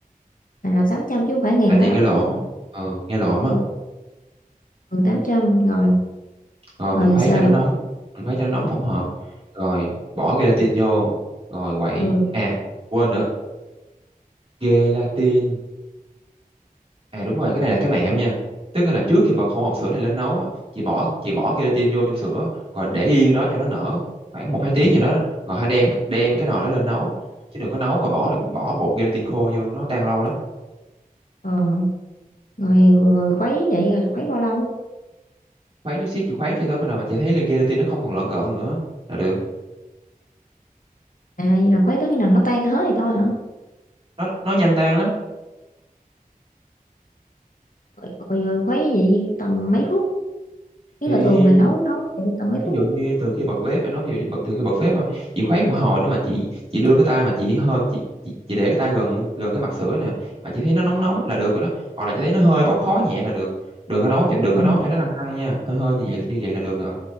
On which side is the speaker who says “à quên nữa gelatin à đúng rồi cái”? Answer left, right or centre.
Right